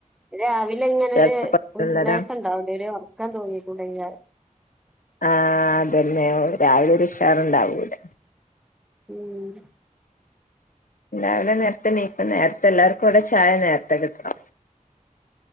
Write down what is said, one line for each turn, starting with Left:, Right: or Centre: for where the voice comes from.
Centre: രാവിലെ എങ്ങനെരു
Left: ചെലപ്പോ പത്തുള്ളതാ
Centre: ഉപമേഷം ഉണ്ടാവ അവിടെ ഒരു ഇാൻ തോന്നിക്കൊണ്ട ഇഞ
Left: ആഹ അതന്നെ രാവിലെ ഷാർണ്ടാവൂലെ
Centre: ഉം
Left: എല്ലാവിലെ നേരത്തെ നീപ്പ നേരത്തെ എല്ലാർക്കും ഇവിടെ ചായ നേരത്തെ കിട്ടണം